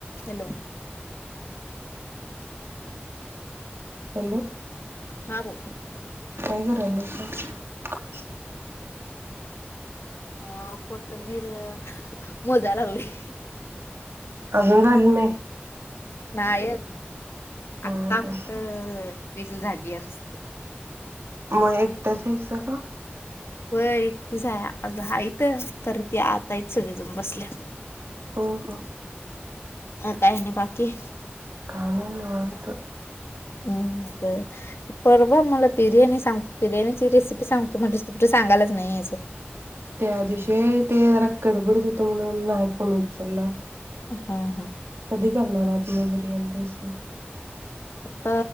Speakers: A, on the left; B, on the right.
A: हॅलो!
B: हॅलो!
A: हा बोल.
B: काय करायलास <inaudible>
A: हा कोथंबीर अ मोजा लागली
B: अजून झालं नाई?
A: नाये अजून.
B: हा
A: आत्ता कुटं
B: ह
A: वेसी झाली. एमस् <inaudible>
B: म एकटाच हेसा का?
A: होय, एकटीच हाय आहे त ते करते आता यच सगळेजण बसल्यात.
B: ह ह
A: म काय आणि बाकी.
B: काय नाही, निवांत.
A: हम् बर ते परवा मला बिर्याणी सांग. बिर्याणीची रेसिपी सांगतो म्हटलीस कुठं सांगायलाच नाहीस
B: त्या दिवशी व्हय ते जरा कडबडीत हो हुतो म्हणून नाही फोन उ चला
A: हा, हा
B: कधी करणार आहात म बिर्याणी रेसिपी
A: आता